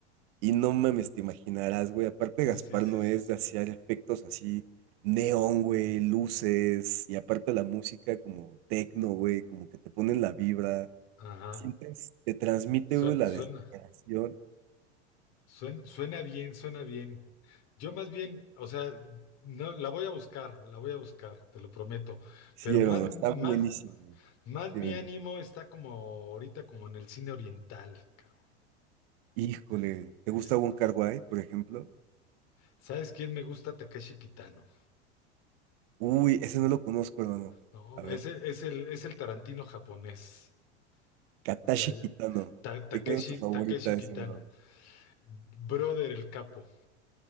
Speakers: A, on the right; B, on the left.
A: y no mames, te imaginarás, güey. Aparte,
B: sí,
A: Gaspar
B: sí,
A: no
B: sí,
A: es
B: sí.
A: de hacer efectos así, neón, güey, luces. Y aparte, la música como tecno, güey, como que te ponen la vibra.
B: Ajá.
A: Sientes, te transmite,
B: Suena,
A: güey, la
B: suena.
A: desesperación.
B: Suen- Suena, bien, suena bien. Yo más bien, o sea, no, la voy a buscar, la voy a buscar, te lo prometo.
A: Sí,
B: Pero
A: hermano,
B: más, más,
A: está buenísimo. güey.
B: más
A: Dime,
B: mi ánimo
A: güey.
B: está como ahorita, como en el cine oriental, cabrón.
A: Híjole, ¿te
B: Es-
A: gusta Wong kar Wai, por ejemplo?
B: ¿sabes quién me gusta? Takeshi Kitano.
A: Uy, ese no lo conozco, hermano.
B: No,
A: A ver,
B: es el, es el, es el Tarantino japonés.
A: Katashi
B: O sea,
A: Kitano.
B: Ta- Takeshi,
A: ¿Y cuál es tu favorita
B: Takeshi
A: de
B: Kitano.
A: ese, bro?
B: Brother el capo.